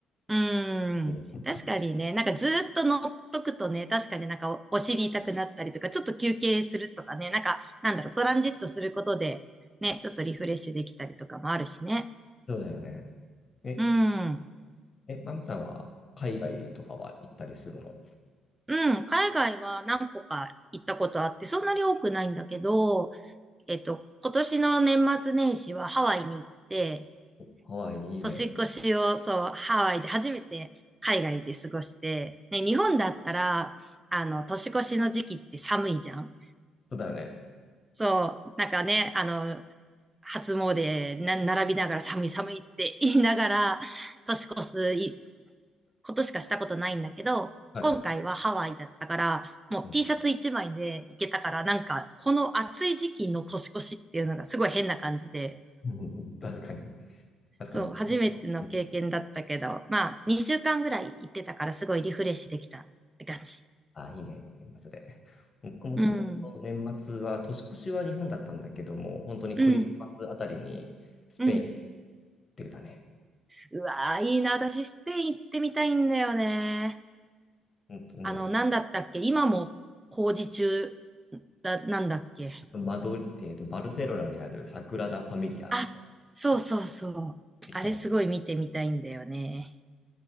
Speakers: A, on the right; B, on the left.
A: うーん。
B: <laughs> うん、
A: 確かにね、なんかずーっと乗っとくとね、確かになんかお、お尻痛くなったりとか、ちょっと休憩するとかね、なんか、なんだろう、トランジットすることで、ね、ちょっとリフレッシュできたりとかもあるしね。
B: そうだよね。え、
A: うん。
B: え、マミさんは海外とかは行ったりするの
A: うん。海外は何個か行ったことあって、そんなに多くないんだけど、えっと、今年の年末年始はハワイに行って、
B: ハワイいいね。
A: 年越しを、そう、ハワイで初めて海外で過ごして、ね、日本だったら、あの、年越しの時期って寒いじゃん。
B: そうだよね。
A: そう、なんかね、あの、初詣な、並びながら寒い寒いって言いながら、年越すいことしかしたことないんだけど、
B: はい。
A: 今回はハワイだったから、もう
B: うん
A: T シャツ1枚で行けたから、なんか、この暑い時期の年越しっていうのがすごい変な感じで、
B: うんうん確かに。確かに。
A: そう、
B: この辺だとうん
A: 初めての経験だったけど、まあ、2週間ぐらい行ってたから、すごいリフレッシュできたって感じ。
B: あ、いいね。年末で。僕も去年の年末は、
A: うん。
B: 年越しは日本だったんだけども、本当にクリスマスあたりに、
A: うん。
B: スペインっ
A: うん。
B: てたね。
A: うわー、いいな。私、スペイン行ってみたいんだよね。
B: 本当に、
A: あの、なんだったっけ今も工事中だ、なんだっけ
B: マドリえーと、バルセロナにあるサグラダ・ファミリア
A: あ、そうそうそう。
B: できたね。
A: あれすごい見てみたいんだよね。